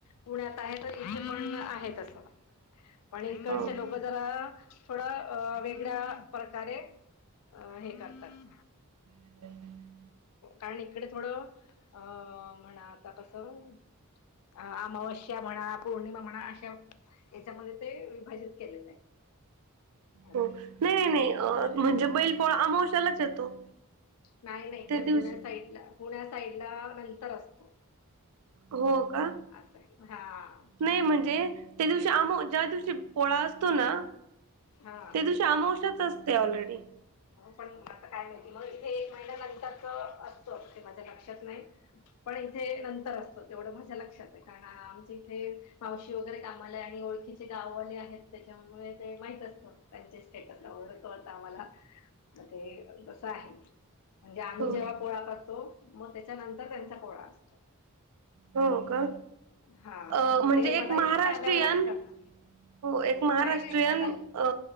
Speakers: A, on the left; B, on the right.
A: पुण्यात आहे तर इथे पण आहे तसं पण इकडचे
B: हो
A: लोक म जरा थोडं वेगळ्या प्रकारे हे करतात
B: <inaudible>
A: कारण इकडे थोडं अ म्हणा आता कसं अ अमावश्या म्हणा पौर्णिमा म्हणा अशा याच्यामध्ये ते विभाजित केलेलं आहे असं
B: हो नाही नाही नाही अ म्हणजे बैल पोळा अमावश्यालाच येतो
A: नाही नाही इकडे
B: त्या दिवशी
A: पुण्या साईडला पुण्या साईडला नंतर असतो
B: हो का
A: असं आहे हा
B: नाही म्हणजे त्या दिवशी आम ज्या दिवशी पोळा असतो ना
A: हा
B: त्या दिवशी अमावश्याच अस ते ऑलरेडी
A: हो पण आता काय माहिती मग इथे एक महिन्या नंतरच असतं ते माझ्या लक्षात नाही पण इथे नंतर असतो तेवढं माझ्या लक्षात आहे कारण आमच्या इथे मावशी वगैरे कामाला ये आणि ओळखीचे गाववाले आहेत, त्याच्यामुळे ते माहित असतं. त्यांच्या स्टेटस <unintelligible> अवर कळत आम्हाला. म ते तस आहे, म्हणजे आम्ही
B: हो
A: जेव्हा पोळा करतो मग त्याच्यानंतर त्यांचा पोळा असतो.
B: हो का
A: हां
B: अ
A: मग
B: म्हणजे
A: ते मला
B: एक महाराष्ट्रीयन
A: इथे आल्यावरच कळा
B: हो एक महाराष्ट्रीयन
A: नाही नाही, आता
B: अ